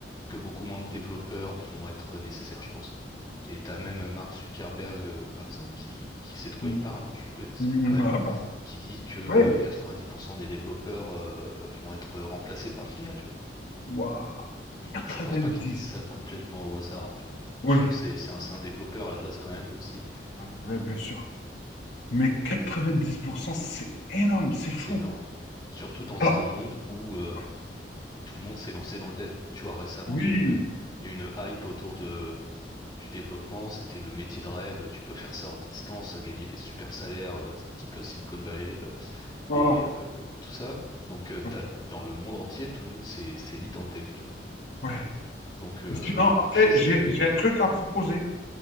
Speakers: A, on the left; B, on the left.
A: que beaucoup moins de développeurs vont être nécessaires, je pense. Et t'as même Mark Zuckerberg, euh, par exemple, qui, qui sait de quoi
B: Mhm.
A: il parle, hein, je trouve que c'est
B: Mhm.
A: quand même,
B: Ah bah,
A: qui dit que euh,
B: oui,
A: 90% des développeurs euh, vont être remplacés par de l'IA, tu vois.
B: waouh,
A: Il dit,
B: 90.
A: je pense pas qu'il dise ça complètement au hasard, tu vois.
B: Oui,
A: C'est Genre, c'est, c'est un, c'est un développeur à la base quand même aussi.
B: ouais, ouais, bien sûr. Mais 90%, c'est énorme, c'est fou.
A: C'est énorme. Surtout dans
B: Alors,
A: un monde où euh,
B: ouais,
A: tout le monde s'est lancé dans le dev. Tu vois, récemment,
B: oui,
A: il y a une, il y a une hype autour de, du développement. C'était le métier de rêve. Tu peux faire ça en distance, gagner des super salaires, euh, type Silicon Valley euh,
B: voilà.
A: et euh, tout ça. Donc, euh, t'as,
B: Ouais,
A: dans le monde entier, tout le monde s'est, s'est mis dans le dev, tu vois.
B: ouais.
A: Donc, euh,
B: Sinon,
A: le marché
B: après,
A: s'est
B: j'ai
A: fait.
B: j'ai un truc à proposer.